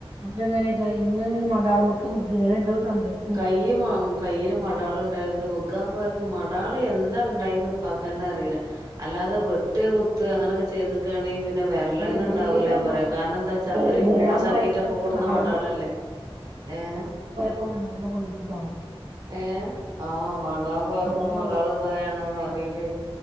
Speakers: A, on the right (about 90°); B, on the right (about 40°).
A: അതങ്ങനെ കയ്യിമിലെങ്ങനെ മടാളമക്ക് എങ്ങനെ എന്തോ സംഭവിച്ചു
B: കയ്യ് മാ കയ്യില് മടാള്ണ്ടായിരുന്നത് വിഗാൻ പോയപ്പൊ മടാള് എന്താ ഉണ്ടായിന്ന് ഇപ്പാകന്നെ അറിയില്ല അല്ലാതെ വെട്ട് കുത്ത് അങ്ങനെയൊക്കെ ചെയ്ത്ക്കാണെ പിന്നെ വ നല്ലെണ്ണണ്ടാവൂല
A: അത് എങ്ങനെയിലും ആ
B: പൊര
A: മ-
B: കാരണന്താച്ചാ അത്രയും
A: വീഴാൻ
B: മൂർച്ചാക്കിട്ട്
A: പോയപ്പോ
B: അപ്പൊ
A: എങ്ങനെയും
B: കൊടുന്ന
A: മടാളമ്മ
B: മടാളല്ലേ ഏഹ്
A: ഇപ്പ ഉണർന്ന് പോയിട്ട് ഉണ്ടാവും
B: ഏഹ് ആഹ് മടാ പോയപ്പോ
A: അങ്ങനെ
B: മടാള് തായണറിലേ